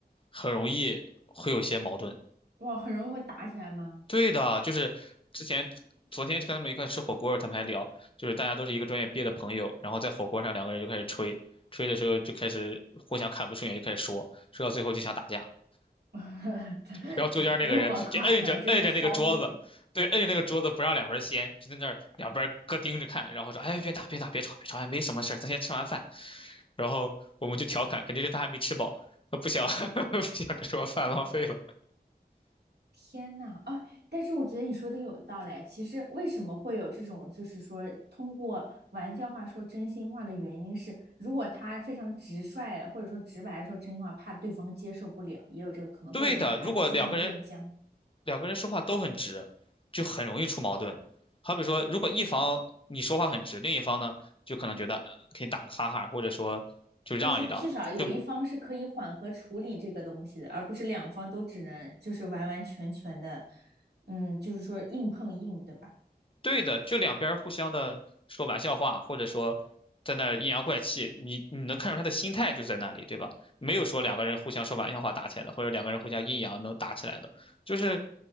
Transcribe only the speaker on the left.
很容易会有一些矛盾。
对的，就是之前昨天跟他们一块吃火锅，他们还聊，就是大家都是一个专业毕业的朋友，然后在火锅上两个人就开始吹，吹的时候就开始互相看不顺眼，就开始说，说到最后就想打架，
然后中间那个人就摁着摁着那个桌子，
对，摁着那个桌子不让两边掀，就在那儿两边各盯着看，然后说，哎，别打别打别吵别吵，哎，没什么事儿，咱先吃完饭，然后我们就调侃，肯定是他还没吃饱。他不想 <laughs> 不想这桌饭浪费了。
对的，
如果两个人两个人说话都很直，就很容易出矛盾。好比说，如果一方你说话很直，另一方呢就可能觉得呃可以打个哈哈，或者说就让一让，
就
对的，就两边互相的说玩笑话，或者说在那儿阴阳怪气，你你能看出他的心态就在那里，对吧？没有说两个人互相说玩笑话打起来的，或者两个人互相阴阳能打起来的，就是